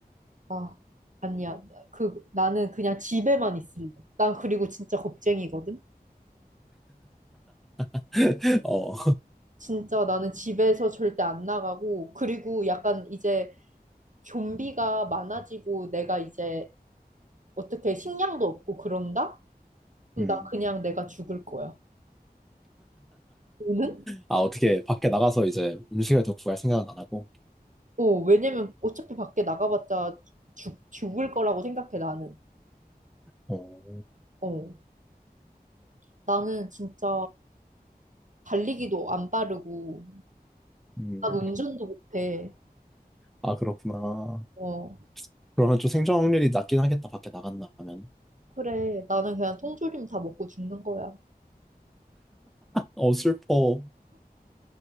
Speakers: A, on the right (about 50°); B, in the centre.
A: 아, 아니야. 나- 그, 나는 그냥 집에만 있을래. 난 그리고 진짜 겁쟁이거든?
B: <laughs> 어.
A: 진짜 나는 집에서 절대 안 나가고, 그리고 약간 이제 좀비가 많아지고 내가 이제 어떻게 식량도 없고 그런다? 그럼
B: 음.
A: 나 그냥 내가 죽을 거야. 너는?
B: 아, 어떻게 밖에 나가서 이제 음식을 더 구할 생각은 안 하고.
A: 어, 왜냐면 어차피 밖에 나가봤자 죽, 죽을 거라고 생각해, 나는.
B: 어.
A: 어, 나는 진짜 달리기도 안 빠르고,
B: 음.
A: 난 운전도 못해.
B: 아, 그렇구나.
A: 어,
B: 그러면 좀 생존 확률이 낮긴 하겠다, 밖에 나간다면.
A: 그래. 나는 그냥 통조림 다 먹고 죽는 거야.
B: 어, 슬퍼.